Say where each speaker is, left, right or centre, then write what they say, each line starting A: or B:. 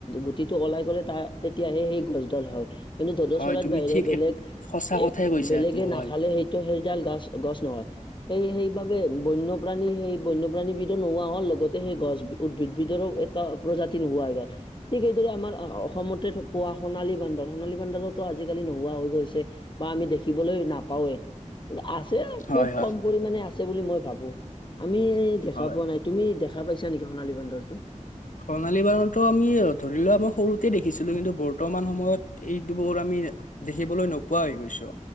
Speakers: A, on the left; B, on the left.
A: গুটিটো ওলাই গ'লে তাৰ তেতিয়াহে সেই গছডাল হয়। কিন্তু দ'দ
B: হয়
A: চৰাইৰ
B: তুমি
A: বাহিৰে
B: ঠিক
A: বেলেগ
B: এক সঁচা কথাই
A: এক,
B: কৈছা
A: বেলেগে
B: এইটো হয়
A: নাখালে সেইটো সেইডাল গাছ গছ গছ নহয়। সেই সেইবাবে বন্য প্ৰাণী সেই বন্যপ্ৰাণী বিধও নোহোৱা লগতে সেই গছ উদ্ভিদ বিধও এটা প্ৰজাতি নোহোৱা হয় গ'ল। ঠিক সেইদৰে আমাৰ অসমতে পোৱা সোণালী বান্দৰ, সোণালী বান্দৰোতো আজিকালি নোহোৱা হৈ গৈছে। বা আমি দেখিবলৈ নাপাওঁৱেই কিন্তু আছে,
B: হয়
A: খুব
B: হয়
A: কম পৰিামানে আছে বুলি মই ভাবোঁ। আমি দেখা
B: হয়।
A: পোৱা নাই। তুমি দেখা পাইছা নেকি সোণালী বন্দৰটো?
B: সোণালী বান্দৰটো আমি ধৰি লোৱা আমাৰ সৰুতে দেখিছিলোঁ, কিন্তু বৰ্তমান সময়ত এইবোৰ আমি দেখিবলৈ নোপোৱা হৈ গৈছোঁ,